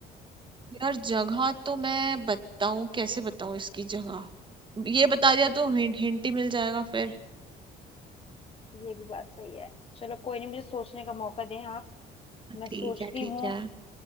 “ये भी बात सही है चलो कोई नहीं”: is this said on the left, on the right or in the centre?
Left